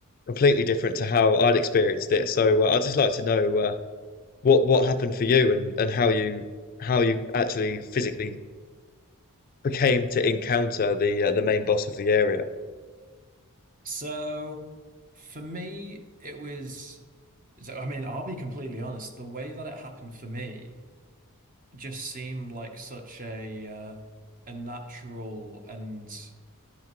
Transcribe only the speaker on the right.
So for me, it was, so, I mean, I'll be completely honest, the way that it happened for me just seemed like such a uh, a natural and